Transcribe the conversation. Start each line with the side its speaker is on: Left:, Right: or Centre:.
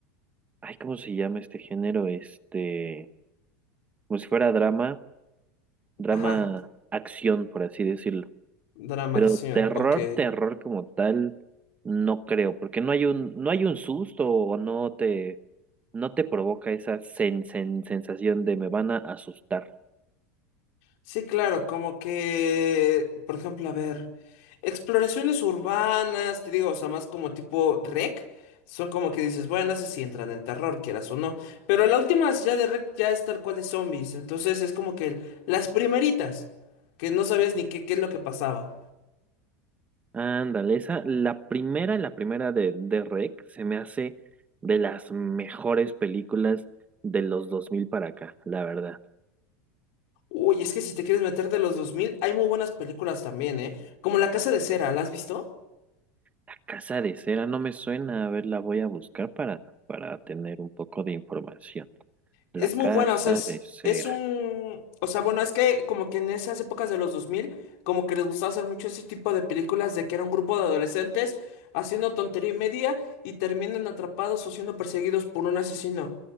Right: ay, ¿cómo se llama este género? Este, como si fuera drama, drama
Left: Ajá.
Right: acción, por así decirlo.
Left: Drama
Right: Pero
Left: acción,
Right: terror,
Left: ok.
Right: terror como tal, no creo, porque no hay un, no hay un susto o no te, no te provoca esa sen- sen- sensación de me van a asustar.
Left: Sí, claro, como que, por ejemplo, a ver, exploraciones urbanas, te digo, o sea, más como tipo rec, son como que dices, bueno, esas sí entran en terror, quieras o no, pero la última ya de rec ya es tal cual de zombies, entonces es como que las primeritas, que no sabías ni qué, qué es lo que pasaba.
Right: Ándale, esa, la primera, la primera de, de Rec se me hace de las mejores películas de los 2000 para acá, la verdad.
Left: Uy, es que si te quieres meter de los 2000 hay muy buenas películas también, ¿eh? Como La Casa de Cera, ¿la has visto?
Right: La Casa de Cera no me suena, a ver, la voy a buscar para, para tener un poco de información. La
Left: Es
Right: Casa
Left: muy buena, o sea, es,
Right: de Cera.
Left: es un... O sea, bueno, es que como que en esas épocas de los 2000 como que les gustaba hacer mucho ese tipo de películas de que era un grupo de adolescentes haciendo tontería y media y terminan atrapados o siendo perseguidos por un asesino.